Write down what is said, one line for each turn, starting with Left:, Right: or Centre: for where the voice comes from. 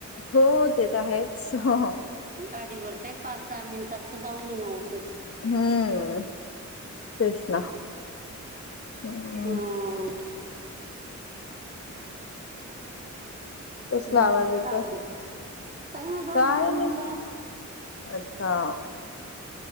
Left: हो ते तर आहेच हो हो
Right: गाडीवर काय पाच दहा मिनिटात तर जाऊन येनं होतंय.
Left: हम्म तेच ना हम्म
Right: होते
Left: कसला
Right: मग
Left: आवाज येतोय?
Right: काय म्हणते काही नाही ग
Left: काय
Right: लहान
Left: नाही.
Right: मुलं
Left: अच्छा